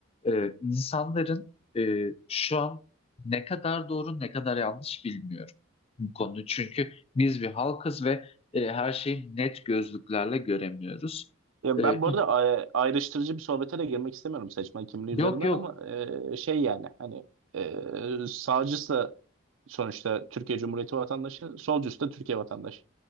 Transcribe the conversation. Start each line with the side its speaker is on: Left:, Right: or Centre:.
Left: e, insanların e, şu an ne kadar doğru ne kadar yanlış bilmiyorum bu konuyu. Çünkü biz bir halkız ve e, her şeyi net gözlüklerle göremiyoruz.
Right: Ya
Left: E,
Right: ben
Left: ik-
Right: bu arada ay- ayrıştırıcı bir sohbete de girmek istemiyorum seçmen kimliği
Left: yok
Right: üzerinden
Left: yok
Right: ama e, şey yani hani e, sağcısı da sonuçta Türkiye Cumhuriyeti vatandaşı, solcusu da Türkiye vatandaşı.